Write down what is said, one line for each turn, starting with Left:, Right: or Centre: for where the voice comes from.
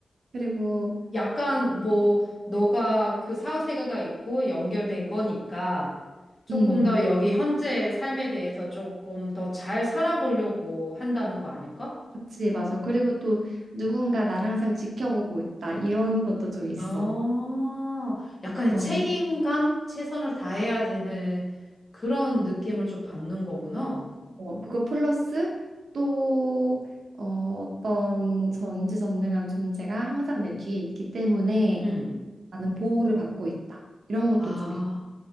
Right: 그리고,
Left: 약간 뭐 너가 그 사후세계가 있고 연결된 거니까 조금
Right: 음,
Left: 더 여기 현재의 삶에 대해서 조금 더 잘 살아보려고 한다는 거 아닐까?
Right: 그치, 맞아. 그리고 또 누군가 나를 항상 지켜보고 있다. 이런 것도 좀 있어.
Left: 어, 약간의
Right: 어.
Left: 책임감, 최선을 다해야 되는 그런 느낌을 좀 받는 거구나.
Right: 어, 그거 플러스 또 어, 어떤 전지전능한 존재가 항상 내 뒤에 있기 때문에
Left: 음.
Right: 나는 보호를 받고 있다. 이런 것도
Left: 아,
Right: 좀 있고.